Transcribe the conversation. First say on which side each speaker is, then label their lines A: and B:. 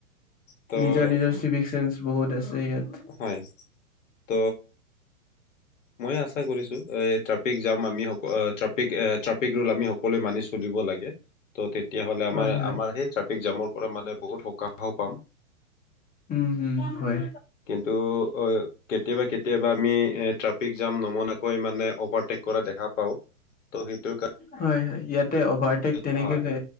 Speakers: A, on the left; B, on the left.
A: ত'
B: নিজৰ-নিজৰ চিভিক চেন্স বহুত আছে। ইয়াত।
A: হয়, তো মইয়ে আচা কৰিছো, এ ট্ৰাফিক জাম আমি সকল‌ আ ট্ৰাফ ট্ৰাফিক এ ট্ৰাফিক ৰুল আমি সকলোৱে মানি চলিব লাগে। ত' তেতিয়া হ'লে আমাৰ
B: হয় হয়
A: আমাৰ সেই ট্ৰাফিক জামৰ পৰা মানে বহুত সকাহ পাম।
B: উম হু হয়।
A: কিন্তু হৈ কেতিয়াবা কেতিয়াবা আমি এ ট্ৰাফিক জাম নমনা কৈ মানে অভাৰটেক কৰা দেখা পাও। ত' সেইটোৰ কাৰ
B: হয় হয় ইয়াতে অভাৰটেক তেনেকে
A: হয়
B: তে